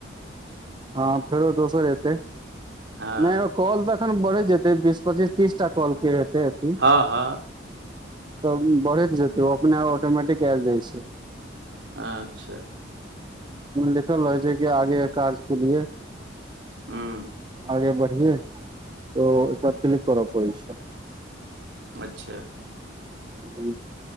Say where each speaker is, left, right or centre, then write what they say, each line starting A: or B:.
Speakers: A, on the right; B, on the right.
A: हँ फेरो दोसर एत्ते
B: हँ
A: नाय ओ कॉल तऽ एखन बढ़ैत जेतै बीस पच्चीस तीस टा कॉल के हेतै अथी
B: हँ हँ
A: तऽ बढ़ैत जेतै ओ अपने ऑटोमेटिक आयल जाइ छैय
B: अच्छा
A: लिखल रहै छैय कि आगे काज के लिए
B: हँ
A: आगे बढ़िये तो ओयपर क्लिक करऽ पड़ैत छै
B: अच्छा
A: हू